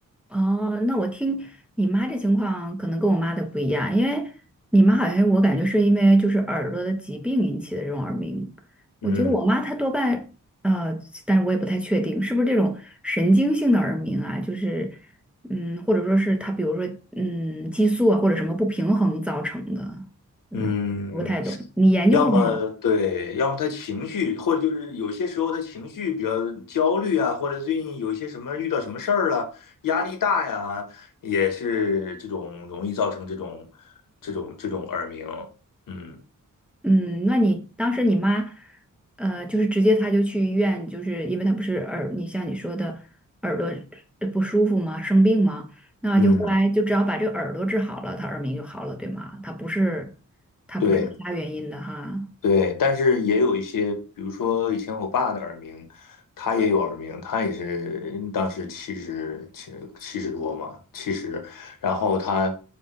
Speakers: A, in the centre; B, on the left.
A: 哦，那我听你妈这情况可能跟我妈的不一样，因为你妈好像我感觉是因为就是耳朵的疾病引起的这种耳鸣，
B: 嗯
A: 我觉得我妈她多半呃，但是我也不太确定是不是这种神经性的耳鸣啊，就是嗯，或者说是她比如说嗯激素啊或者什么不平衡造成的，嗯，
B: 嗯。
A: 不太懂，你研究过吗？
B: 要么对，要么他情绪，或者就是有些时候他情绪比较焦虑啊，或者最近有一些什么遇到什么事儿了，压力大呀，也是这种容易造成这种这种这种耳鸣。嗯
A: 嗯，那你当时你妈，呃，就是直接她就去医院，就是因为她不是耳，你像你说的耳朵呃不舒服吗？生病吗？那就后来就只要把这个耳朵治好了，
B: 嗯，
A: 她耳鸣就好了，对吗？她不是，她不是其他原因的哈。
B: 对。对，但是也有一些，比如说以前我爸的耳鸣，他也有耳鸣，他也是当时七十七七十多嘛，七十，然后他